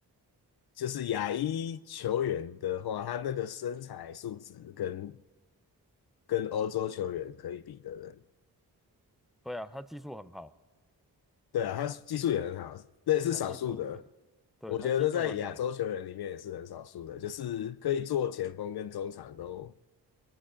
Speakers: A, on the left; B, in the centre.
A: 就是亚裔球员的话，他那个身材素质跟跟欧洲球员可以比的人，
B: 对啊，他技术很好，
A: 对啊，他技术也很好，那也是少数的。
B: 他技术非，对，
A: 我觉得在亚洲球员里面也是很少数的，
B: 他技术很好。
A: 就是可以做前锋跟中场都